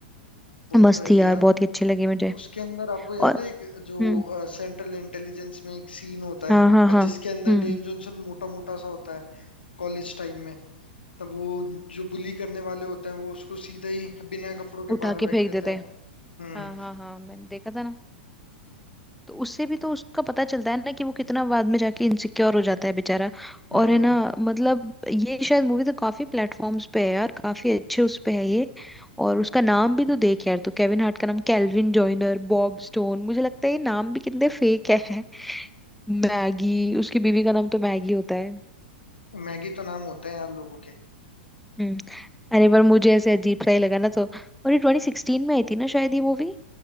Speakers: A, on the left; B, in the centre.
A: वो
B: मस्त
A: तो है
B: थी
A: ही
B: यार
A: यार
B: बहुत ही अच्छी लगी मुझे
A: उसके अंदर आपको याद
B: और
A: है एक जो
B: हम्म
A: सेंट्रल इंटेलिजेंस में एक सीन होता
B: हाँ
A: है
B: हाँ
A: अ,
B: हाँ
A: जिसके
B: हम्म
A: अंदर डेन जॉनसन मोटा मोटा सा होता है कॉलेज टाइम में तब वो जो बुली करने वाले होते हैं वो उसको सीधा ही बिना कपड़ों के
B: उठा
A: बाहर
B: के
A: फेंक
B: फेंक
A: देते
B: देते
A: हैं
B: हैं
A: हम्म
B: हाँ हाँ हाँ मैंने देखा था ना तो उससे भी तो उसका पता चलता है ना कि वो कितना बाद में जाके इनसिक्योर हो जाता है बेचारा
A: हम्म
B: और है ना मतलब ये शायद मूवी तो काफी प्लेटफॉर्म्स पे है यार काफी अच्छे उस पे है ये और उसका नाम भी तो देख यार तू केविन हार्ट का नाम कैल्विन जॉइनर बॉब स्टोन मुझे लगता है ये नाम भी कितने फेक है मैगी <laughs> उसकी बीवी का नाम तो मैगी होता है
A: <laughs> मैगी तो नाम होते हैं यार लोगों
B: हम्म। अरे पर मुझे ऐसे अजीब सा ही लगा ना तो और ये 2016 में आई थी ना शायद ये मूवी